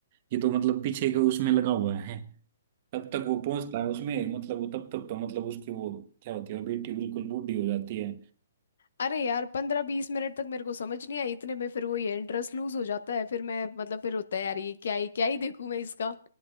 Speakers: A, on the right (about 45°); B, on the left (about 70°).
A: ये तो मतलब पीछे का उसमें लगा हुआ है तब तक वो पहुंचता है उसमें मतलब वो तब तक तो मतलब उसकी वो क्या होती है वो बेटी बिल्कुल बूढ़ी हो जाती है
B: अरे यार पंद्रह बीस मिनट तक मेरे को समझ नहीं आई इतने में फिर वो ये इंटरेस्ट लूज हो जाता है फिर मैं मतलब फिर होता है यार ये क्या ही क्या ही देखूं मैं इसका